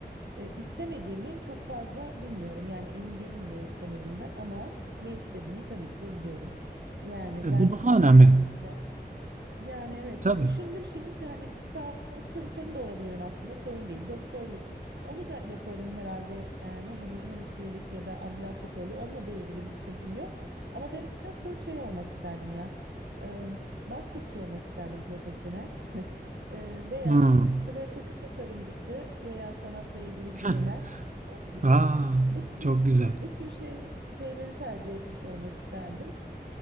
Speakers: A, on the right; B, on the right.
A: e, istemediğimi çok fazla bilmiyorum. Yani emin değilim ne istemediğimden ama ne istediğimi tabii ki de biliyorum. Yani
B: E,
A: ben
B: bu daha önemli.
A: hani bir yani evet
B: Tabii.
A: düşündüm şimdi de hani sağlık çalışanı da olabilirim aslında sorun değil. Doktorluk onu da yaparım herhalde yani hani hemşirelik ya da ambulans şoförlüğü onunla da ilgili bir sıkıntım yok. Ama ben nasıl şey olmak isterdim ya e, basketçi olmak isterdim profesyonel <laughs> E, veya
B: Hmm.
A: işte böyle takı tasarımcısı veya sanatla ilgili
B: <laughs>
A: bir şeyler olabilir.
B: Aa,
A: Bu, bu,
B: çok güzel.
A: bu tür şey, şeyleri tercih etmiş olmak isterdim.